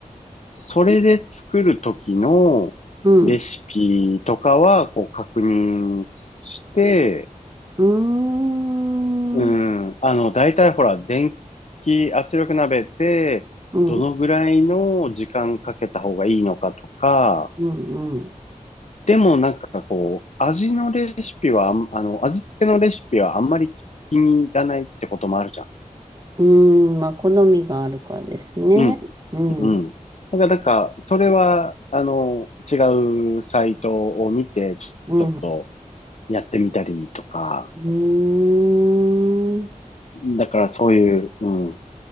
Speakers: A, on the left (about 55°); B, on the right (about 30°).
A: それで作る時のレシピとかはこう確認して、
B: うん。うーん。
A: うん、あの、大体ほら、電気圧力鍋ってどのぐらいの時間かけた方がいいのかとか、
B: うん、うん、うん。
A: でもなんかこう、味のレシピはあん、あの、味付けのレシピはあんまり気に入らないってこともあるじゃん。
B: うーん、まあ、好みがあるからですね。
A: うん、
B: うん、
A: うん。だからなんか、それは、あの、違うサイトを見て、ちょちょっと
B: うん。う
A: やってみたりとか、
B: ーん。
A: だからそういう、うん、